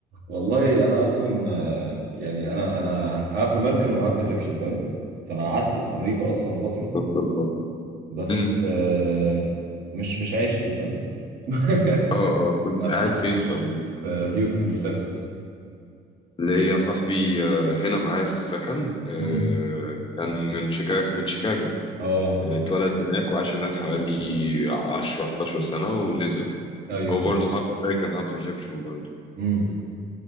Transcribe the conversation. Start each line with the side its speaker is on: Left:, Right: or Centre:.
Right: والله انا اصلا آه، يعني انا انا هاف امريكان وهاف ايجيبشن فاهم فانا قعدت في امريكا اصلا فتره
Left: ما شاء الله.
Right: بس
Left: امم
Right: آه، مش مش عيشتي فاهم <laughs>
Left: اه اه كنت
Right: ما ارتحتش
Left: قاعد فين في امريكا
Right: في هيوستن في تكساس
Left: ليا صاحبي آه، هنا معايا في السكن آه،
Right: مم.
Left: كان من شيكاغو من شيكاغو
Right: اه
Left: آه، اتولد هناك وعاش هناك حوالي 10 11 سنة ونزل
Right: ايوه
Left: هو برضه هاف امريكان هاف ايجيبشن برضه
Right: امم